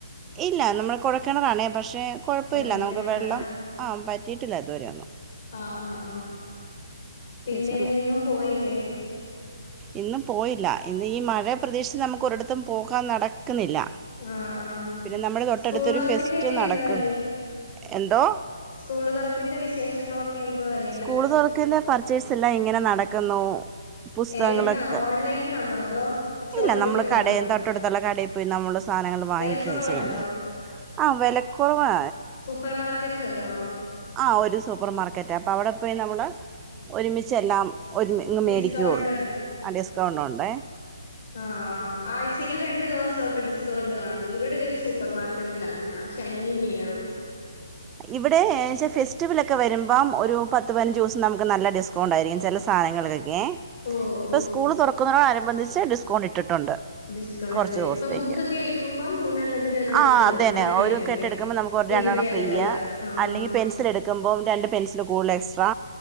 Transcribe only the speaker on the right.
ഇല്ലാ നമ്മള് കൊഴക്കെണറാണെ പക്ഷെ കൊഴപ്പ
ഇല്ല നമുക്ക്
വെള്ളം ആഹ് വറ്റ് പറ്റിയിട്ടില്ലാ ഇതുവരെയൊന്നും.
അത്യാവശ്യം
ഇന്ന് പോയില്ലാ ഇന്ന് ഈ മഴയെ പ്രതീക്ഷിച്ച് നമുക്ക് ഒരിടത്തും പോകാൻ നടക്കുന്നില്ലാ
പിന്നെ നമ്മടെ തൊട്ടടുത്തൊരു
ഫെസ്റ്റ്
നടക്കുന്നൊണ്ട്
എന്തോ?
സ്കൂള് തൊറക്കലിൻ്റെ പർച്ചേഴ്സ് എല്ലാ ഇങ്ങനെ നടക്കുന്നു പുസ്തകങ്ങളക്കെ
ഇല്ലാ നമ്മള്
കടേന്ന്
തൊട്ടടുത്തുള്ള കടെ പോയ് നമ്മളെ സാനങ്ങള് വാങ്ങിക്കാ
ചെയ്യ്‌ന്നെ ആഹ് വെലക്കൊറവാ
ആഹ് ഒരു സൂപ്പർ മാർക്കറ്റാ അപ്പ അവടെ പോയ് നമ്മള് ഒരുമിച്ചെല്ലാം ഒര്മി ഇങ്ങ്
മേടിക്കേ ഒള്ളൂ ആഹ് ഡിസ്കൗണ്ട് ഒണ്ടേ
ഇവിടെ ഏച്ചാ ഫെസ്റ്റിവൽ ഒക്കെ വരുമ്പം ഒരു പത്ത് പയ്നഞ്ചൂസം നമ്മക്ക് നല്ല ഡിസ്കൗണ്ട് ആയിരിക്കും ചെല സ് സാനങ്ങൾക്കൊക്കെയെ
ഇപ്പൊ
സ്കൂള് തൊറക്കുന്ന അനുബന്ധിച്ച് ഡിസ്കൗണ്ട് ഇട്ടിട്ടുണ്ട്
കൊർച്ചൂസ്ത്തേക്ക്
ആഹ്
അതെന്നെ
ഒരു
കെട്ടെടുക്കുമ്പോ നമുക്ക് ഒര്
രണ്ടെണ്ണം
ഫ്രി ഇയ്യാ
അല്ലെങ്കി പെൻസിൽ എടുക്കുമ്പം രണ്ട് പെൻസില് കൂടല് എക്സ്ട്രാ